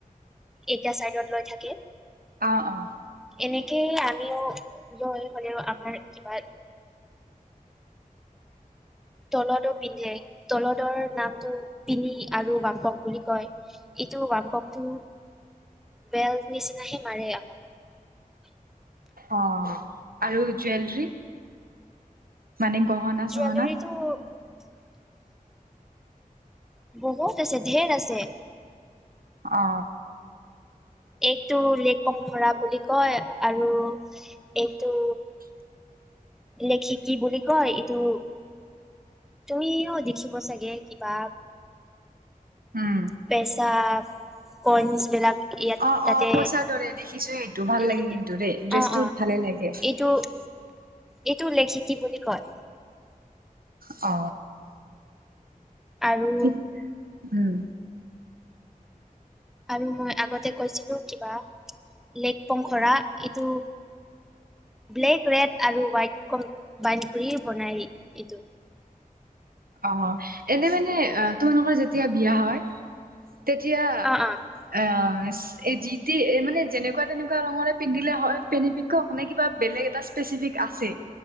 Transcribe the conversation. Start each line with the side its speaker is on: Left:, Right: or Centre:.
Centre: এটা চাইডত লৈ থাকে।
Right: অ অ।
Centre: এনেকেই আমিও লৈ হলেও আমাৰ কিবা। তলতো পিন্ধে তলতোৰ নামটো পিনি আৰু বাম্পক। বুলি কয়, এইটো মাপক টো। বেল্ট নিচিনাহে মাৰে আমাক।
Right: অ আৰু জুৱেলাৰী। মানে গহনা
Centre: জুৱেলাৰীটো
Right: চহনা।
Centre: <unintelligible> বহুত আছে ধেৰ আছে।
Right: অ।
Centre: এইটো লেং খৰা বুলি কয় আৰু এইটো
Right: <unintelligible>
Centre: লেখি কি বুলি কয় এইটো। তুমিও দেখিব চাগে কিবা।
Right: উম
Centre: পেচাপ কনছ বিলাক ইয়াত
Right: অ
Centre: তাতে
Right: অ পইচাৰ দৰে দেখিছো এইটো ভাল
Centre: উম
Right: লাগে
Centre: উম উম
Right: কিন্তু দেই ড্ৰেছটো
Centre: অ অ
Right: ভালে লাগে <unintelligible>
Centre: এইটো এইটো লেখি কি বুলি কয়
Right: অ
Centre: আৰু
Right: ঠিক উম
Centre: আৰু মই আগতে কৈছিলো কিবা লেক পংখৰা এইটো ব্লেক ৰেড আৰু হোৱাইট কম্বাইন কৰি বনাই এইটো
Right: অ এনে মানে তোমালোকৰ যেতিয়া বিয়া হয় তেতিয়া
Centre: অ অ
Right: এ এ যিটি মানে যেনেকোৱা তেনেকোৱা ৰঙৰে পিন্ধিলে হয় পিন্ধি নে কিবা বেলেগ এটা স্পেচিয়েল